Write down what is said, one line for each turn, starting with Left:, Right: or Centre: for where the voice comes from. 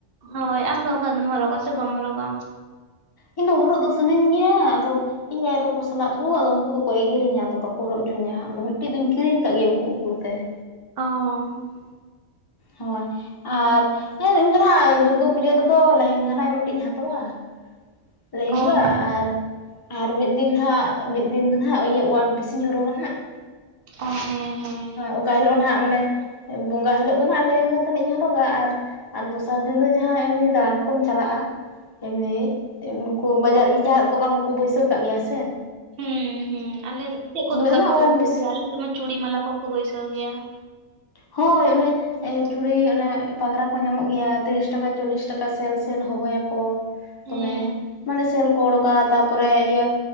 Right: ᱦᱳᱭ ᱟᱢ ᱫᱚ ᱚᱱᱠᱟ ᱱᱟᱜ ᱫᱚᱢ ᱦᱚᱨᱚᱜᱟ ᱥᱮ ᱵᱟᱢ ᱦᱚᱨᱚᱜᱟ?
Left: ᱤᱧ ᱫᱚ ᱦᱚᱨᱚᱜ ᱫᱚ ᱥᱟᱱᱟᱧ ᱜᱮᱭᱟ ᱟᱫᱚ ᱤᱧ ᱟᱭᱳ ᱛᱟᱠᱚ ᱥᱟᱞᱟᱜ ᱫᱩ ᱟᱫᱚ ᱩᱱᱠᱩ ᱫᱚᱠᱚ ᱮᱜᱮᱨᱤᱧᱟ, ᱟᱫᱚ ᱵᱟᱠᱚ ᱦᱚᱨᱚᱜ ᱦᱚᱪᱚᱧᱟ ᱟᱫᱚ ᱢᱤᱫᱴᱮᱡ ᱫᱚᱧ ᱠᱤᱨᱤᱧ ᱠᱟᱜ ᱜᱮᱭᱟ ᱩᱠᱩ ᱩᱠᱩ ᱛᱮ ᱾
Right: ᱚᱻ
Left: ᱦᱳᱭ ᱟᱨ ᱤᱧᱫᱚ ᱱᱟᱜ ᱫᱩᱨᱜᱟᱹ ᱯᱩᱡᱟᱹ ᱨᱮᱫᱚ ᱞᱮᱦᱮᱝᱜᱟ ᱱᱟᱜ ᱢᱤᱫᱴᱤᱡ ᱤᱧ ᱦᱟᱛᱟᱣᱟ ᱾ ᱞᱮᱦᱮᱝᱜᱟ
Right: ᱚ ᱱᱮ-
Left: ᱟᱨ, ᱟᱨ ᱢᱤᱫ ᱫᱤᱱ ᱦᱟᱸᱜ ᱢᱤᱫ ᱫᱤᱱ ᱫᱚ ᱱᱟᱦᱟᱜ ᱤᱭᱟᱹ ᱳᱣᱟᱱ ᱯᱤᱥᱤᱧ ᱦᱚᱨᱚᱜᱟ ᱱᱟᱦᱟᱜ ᱾
Right: ᱚᱻ ᱦᱮᱸ ᱦᱮᱸ ᱾
Left: ᱚᱠᱟ ᱦᱤᱞᱳᱜ ᱱᱟᱦᱟᱜ ᱢᱟᱱᱮ ᱵᱚᱸᱜᱟ ᱦᱤᱞᱳᱜ ᱫᱚ ᱱᱟᱜ ᱞᱮᱦᱮᱝᱜᱟ ᱛᱟᱱᱟᱜ ᱤᱧ ᱦᱚᱨᱚᱜᱟ ᱟᱨ ᱟᱨ ᱫᱚᱥᱟᱨ ᱫᱤᱱ ᱫᱚ ᱡᱟᱦᱟᱸ ᱮᱢᱱᱤ ᱫᱟᱬᱟᱱ ᱠᱚᱢ ᱪᱟᱞᱟᱜᱼᱟ᱾ ᱮᱢᱱᱤ ᱩᱱᱠᱩ ᱵᱟᱡᱟᱨ
Right: ᱦᱳᱭ
Left: ᱤᱧ ᱡᱟᱦᱟᱸ ᱫᱚᱠᱟᱱ ᱦᱚᱸᱠᱚ ᱵᱟᱹᱭᱥᱟᱹᱣ ᱠᱟᱜ ᱜᱮᱭᱟ ᱥᱮ ᱾
Right: ᱦᱮᱸ ᱦᱮᱸ, ᱟᱞᱮ ᱪᱮᱫ ᱠᱚ ᱫᱚᱠᱟᱱ
Left: ᱫᱚ ᱱᱟᱦᱟᱜ
Right: ᱠᱚ
Left: ᱚᱣᱟᱱ
Right: ᱵᱟᱹᱭᱥᱟᱹᱣ
Left: ᱯᱤᱥ
Right: ᱜᱮᱭᱟ ᱟᱞᱮ ᱥᱮᱫ ᱢᱟ ᱪᱩᱲᱤ ᱢᱟᱞᱟ ᱠᱚᱠᱚ ᱵᱟᱹᱭᱥᱟᱹᱣ ᱜᱮᱭᱟ ᱾
Left: ᱦᱳᱭ, ᱚᱱᱮ ᱮᱻ ᱪᱩᱲᱤ ᱚᱱᱟ ᱯᱟᱜᱽᱨᱟ ᱠᱚ ᱧᱟᱢᱚᱜ ᱜᱮᱭᱟ, ᱛᱤᱨᱤᱥ ᱴᱟᱠᱟ ᱪᱚᱞᱞᱤᱥ ᱴᱟᱠᱟ ᱥᱮᱞᱼ ᱥᱮᱞ ᱦᱚᱦᱚᱭᱟᱠᱚ ᱾
Right: ᱦᱮᱸ
Left: ᱫᱚᱢᱮ ᱢᱟᱱᱮ ᱥᱮᱞ ᱠᱚ ᱚᱰᱠᱟ ᱾ ᱛᱟᱨᱯᱚᱨᱮ ᱤᱭᱟᱹ